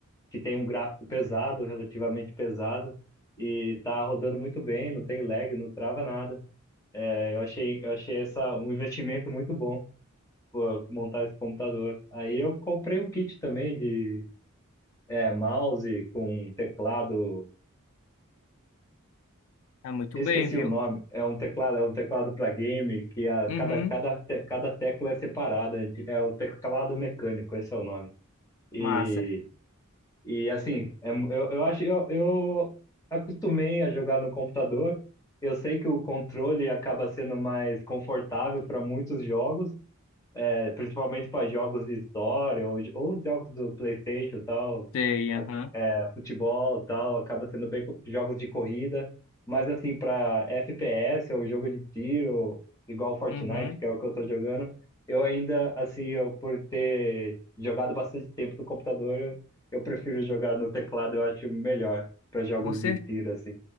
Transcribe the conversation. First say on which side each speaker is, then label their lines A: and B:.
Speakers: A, on the left; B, on the left.
A: que tem um gráfico pesado, relativamente pesado, e tá rodando muito bem, não tem lag, não trava nada. É, Eu achei, eu achei essa um investimento muito bom. pô, montar esse computador. Aí eu comprei um kit também de é, mouse com teclado.
B: Tá muito
A: Eu
B: bem,
A: esqueci
B: viu?
A: o nome. É um teclado, é um teclado para game que a,
B: Uhum,
A: cada, cada, te- cada tecla é separada. é de- É o teclado mecânico, esse é o nome. E,
B: massa.
A: e assim, é mu- eu, eu acho eu, eu acostumei a jogar no computador. Eu sei que o controle acaba sendo mais confortável para muitos jogos, é, principalmente para jogos de história ou, ou jogos do PlayStation e tal.
B: Sei, aham.
A: é, futebol e tal, acaba sendo bem co- jogos de corrida, mas assim, para FPS ou jogo de tiro, igual Fortnite,
B: Uhum,
A: que é o que eu tô jogando, eu ainda, assim, eu, por ter jogado bastante tempo no computador, eu, eu prefiro jogar no teclado, eu acho melhor para jogos
B: com certeza.
A: de tiro, assim.